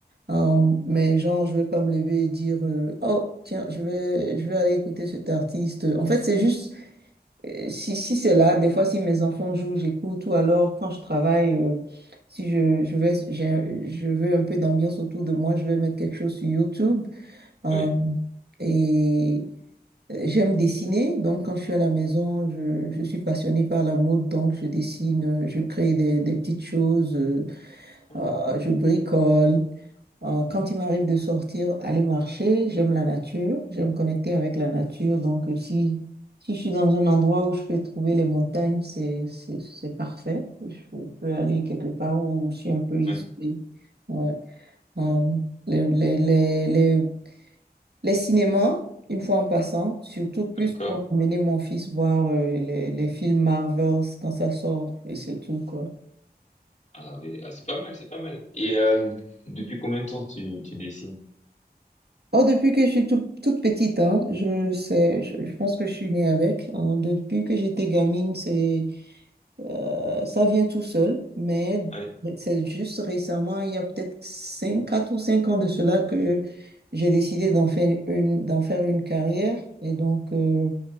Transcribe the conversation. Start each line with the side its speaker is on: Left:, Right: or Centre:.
Right: Euh, mais genre, je vais pas me lever et dire euh, oh, tiens, je vais, je vais aller écouter cet artiste. En fait, c'est juste. Euh, Si, si c'est là, des fois, si mes enfants jouent, j'écoute, ou alors quand je travaille, euh, si je, je vais, j'ai- je veux un peu d'ambiance autour de moi, je vais mettre quelque chose sur YouTube. hein,
Left: Oui.
Right: et euh, j'aime dessiner, donc quand je suis à la maison, je, je suis passionnée par la mode, donc je dessine, euh, je crée des, des petites choses, euh,
Left: Hmm.
Right: euh, je bricole. Euh, quand il m'arrive de sortir, aller marcher, j'aime la nature, j'aime connecter avec la nature. Donc, euh, si, si je suis dans un endroit où je peux trouver les montagnes, c'est, c'est, c'est parfait. Je peux aller quelque part où je suis un peu isolée.
Left: Ouais,
Right: Ouais. Euh, les, les, les, les, les cinémas, une fois en passant, surtout plus
Left: D'accord.
Right: pour emmener mon fils voir euh, les, les films Marvels quand ça sort, et c'est tout, quoi.
Left: Ah oui, ah, c'est pas mal, c'est pas mal. Et euh, depuis combien de temps tu tu dessines?
Right: Oh, depuis que je suis tout- toute petite, hein, je sais, je, je pense que je suis née avec. hein. Depuis que j'étais gamine, c'est, euh, ça vient tout seul, mais
Left: Ouais.
Right: c'est juste récemment, il y a peut-être 5, 4 ou 5 ans de cela que j'ai décidé d'en faire une, d'en faire une carrière. Et donc, euh,